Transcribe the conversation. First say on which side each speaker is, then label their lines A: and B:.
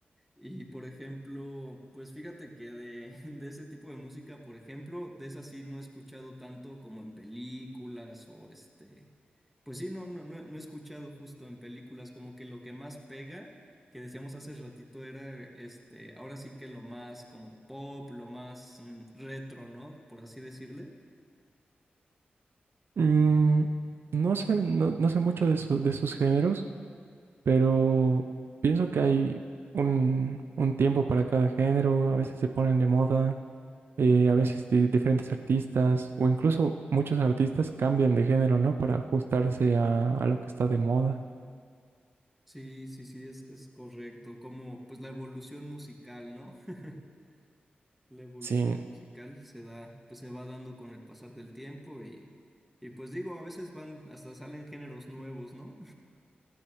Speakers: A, in the centre; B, on the right.
A: Y por ejemplo, pues fíjate que de, <laughs> de ese tipo de música, por ejemplo, de esa sí no he escuchado tanto como en películas o este, pues sí, no, no, no, no he escuchado justo en películas, como que lo que más pega, que decíamos hace ratito, era este, ahora sí que lo más como pop, lo más mm, retro, ¿no? Por así decirle.
B: Mm, no sé, no, no sé mucho de, su- de sus géneros, pero pienso que hay un, un tiempo para cada género, a veces se ponen de moda, eh, a veces di- diferentes artistas o incluso muchos artistas cambian de género, ¿no? Para ajustarse a, a lo que está de moda.
A: Sí, sí, sí, es, es correcto, como pues la evolución musical, ¿no? <laughs> La evolución
B: Sí,
A: musical se da, pues se va dando con el pasar del tiempo y, y pues digo, a veces van, hasta salen géneros nuevos, ¿no?